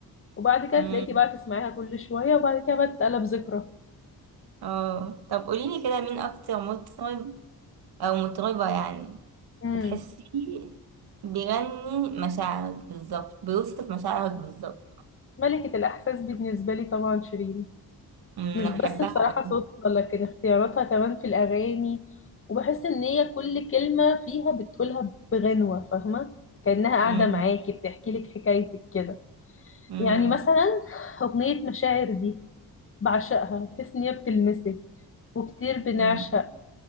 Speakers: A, on the left; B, on the right.
A: وبعد كده
B: أمم.
A: تلاقيكي بقى تسمعيها كل شوية وبعد كده بقى تتقلب ذكرى
B: اه طب قوليلي كده مين اكتر مطرب أو مطربة يعني
A: امم
B: بتحسيه بيغني مشاعرك بالظبط بيوصف مشاعرك بالظبط
A: ملكة الإحساس بالنسبة لي طبعا شيرين
B: أمم، أنا
A: مش بس
B: بحبها
A: بصراحة صوتها
B: أوي
A: لكن اختياراتها كمان في الأغاني وبحس إن هي كل كلمة فيها بتقولها بغنوة فاهمة كأنها قاعدة
B: أمم،
A: معاكي بتحكي لك حكايتك كده
B: أمم،
A: يعني مثلا أغنية مشاعر دي بعشقها تحس ان هي بتلمسك وكتير بنعشق
B: أمم.